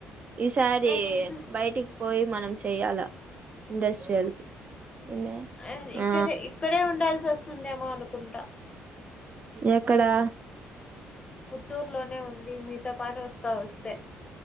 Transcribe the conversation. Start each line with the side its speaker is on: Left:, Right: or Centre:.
Right: ఈసారి
Left: నాకు ఇంట్లో
Right: బయటికి పోయి మనం చేయాలా ఇండస్ట్రియల్ కి ఏమే
Left: అ ఇక్కడ
Right: ఆ
Left: ఇక్కడే ఉండాల్సి వస్తుందేమో అనుకుంటా
Right: ఎక్కడా
Left: పుత్తూరులోనే ఉండి మీతో పాటు వస్తా వస్తే